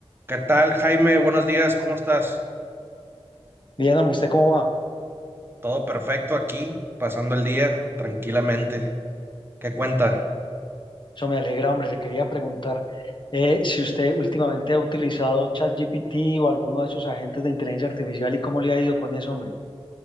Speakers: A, on the right (about 20°); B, on the left (about 45°).
A: ¿Qué tal, Jaime? Buenos días, ¿cómo estás?
B: Bien, hombre, ¿usted cómo va?
A: Todo perfecto aquí, pasando el día tranquilamente. ¿Qué cuenta?
B: Eso me alegra, hombre. Le quería preguntar eh, si usted últimamente ha utilizado ChatGPT o alguno de esos agentes de inteligencia artificial y cómo le ha ido con eso, hombre.